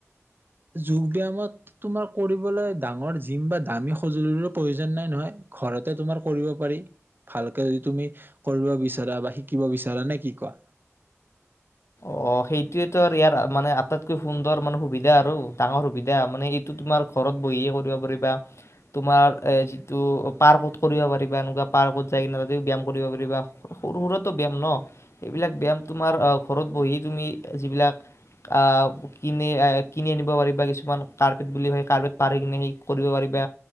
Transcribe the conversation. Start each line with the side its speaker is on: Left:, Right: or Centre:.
Right: যোগ ব্যায়ামত তোমাৰ কৰিবলৈ ডাঙৰ জিম বা দামী সঁজুলিৰো প্ৰয়োজন নাই নহয় ঘৰতে তোমাৰ কৰিব পাৰি ভালকে যদি তুমি কৰিব বিচাৰা বা শিকিব বিচাৰা নে কি? কোৱা
Left: অ' সেইটোৱেতো ইয়াৰ মানে আটাইতকৈ সুন্দৰ মানে সুবিধা আৰু ডাঙৰ সুবিধা মানে এইটো তোমাৰ ঘৰত বহিয়ে কৰিব পাৰিবা তোমাৰ যিটো পাৰ্কত কৰিব পাৰিবা এনেকুৱা পাৰ্কত যাই কিনে ত ব্যায়াম কৰিব পাৰিবা সৰু সুৰাতো ব্যায়াম ন এইবিলাক ব্যায়াম তোমাৰ ঘৰত বহি তুমি যিবিলাক আহ কিনি আনিব পাৰিবা। কিছুমান কাৰ্পেট বুলি ভাবিবা কাৰ্পেট পাৰে কিনে সেই কৰিব পাৰিবা।